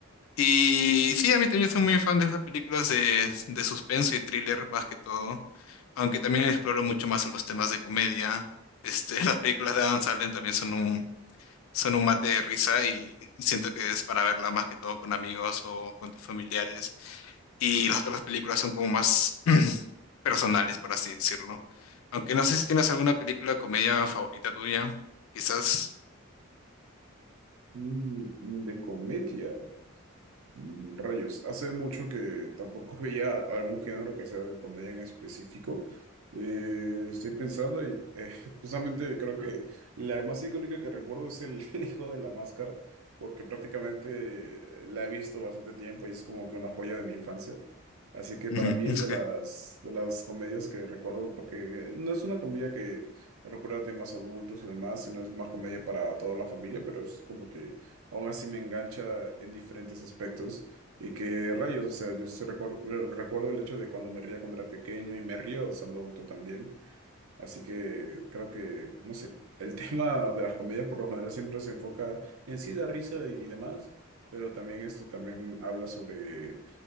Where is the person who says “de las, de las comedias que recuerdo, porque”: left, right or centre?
Right